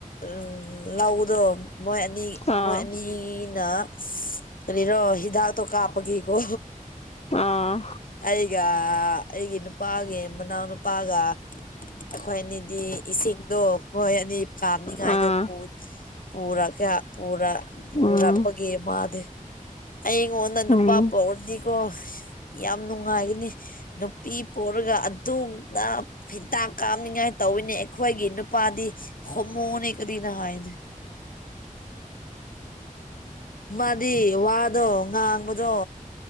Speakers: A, on the left (about 75°); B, on the left (about 50°).
A: ꯎꯝ ꯂꯧꯗꯣ ꯃꯣꯏ ꯑꯅꯤ
B: ꯑꯥ
A: ꯃꯣꯏ ꯑꯅꯤꯅ ꯀꯔꯤꯔꯣ ꯍꯤꯗꯥꯛꯇꯣ ꯀꯥꯄꯒꯤꯀꯣ
B: ꯑꯥ
A: ꯑꯩꯒ ꯑꯩꯒꯤ ꯅꯨꯄꯥꯒꯤ ꯃꯅꯥꯎꯅꯨꯄꯥꯒ ꯑꯩꯈꯣꯏ ꯑꯅꯤꯗꯤ ꯏꯁꯤꯡꯗꯣ ꯈꯣꯏ ꯑꯅꯤ ꯀꯥꯝꯅꯤꯡꯉꯥꯏꯗꯣ
B: ꯑꯥ
A: ꯄꯨ ꯄꯨꯔꯛ ꯀ ꯄꯨꯔ ꯄꯨꯔꯛꯄꯒꯤ
B: ꯎꯝ
A: ꯃꯥꯗꯤ ꯑꯩꯉꯣꯟꯗ
B: ꯎꯝ
A: ꯅꯨꯄꯥ ꯄꯣꯛꯔꯗꯤꯀꯣ ꯌꯥꯝ ꯅꯨꯡꯉꯥꯏꯒꯅꯤ ꯅꯨꯄꯤ ꯄꯣꯛꯔꯒ ꯑꯗꯨꯝꯅ ꯇꯥꯛ ꯀꯥꯞꯅꯤꯡꯉꯥꯏ ꯇꯧꯋꯤꯅꯦ ꯑꯩꯈꯣꯏꯒꯤ ꯅꯨꯄꯥꯗꯤ ꯍꯣꯃꯣꯅꯤ ꯀꯔꯤꯅꯣ ꯍꯥꯏꯅꯦ ꯃꯥꯗꯤ ꯋꯥꯗꯣ ꯉꯥꯡꯕꯗꯣ